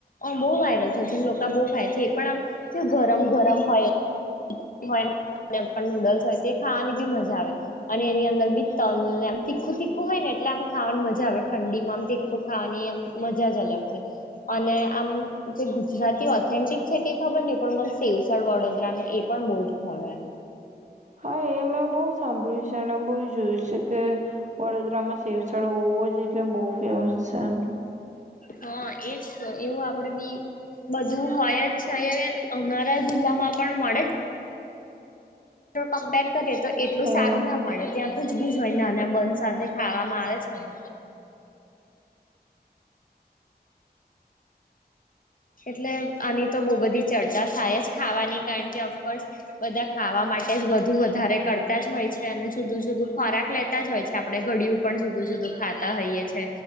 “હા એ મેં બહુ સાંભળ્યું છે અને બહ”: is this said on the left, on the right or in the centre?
Right